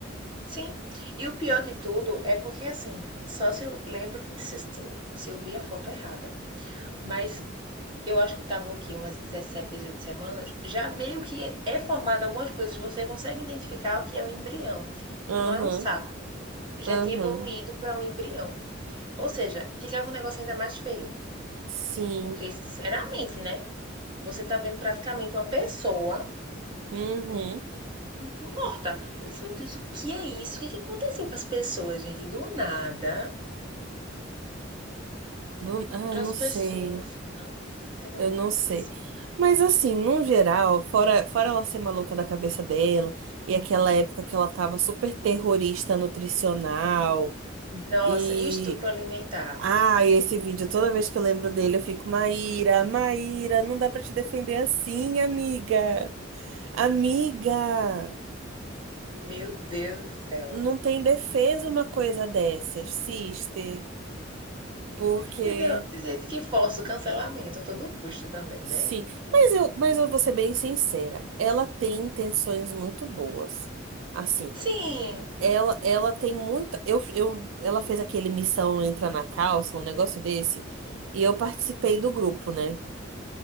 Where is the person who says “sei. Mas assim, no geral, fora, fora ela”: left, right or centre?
Right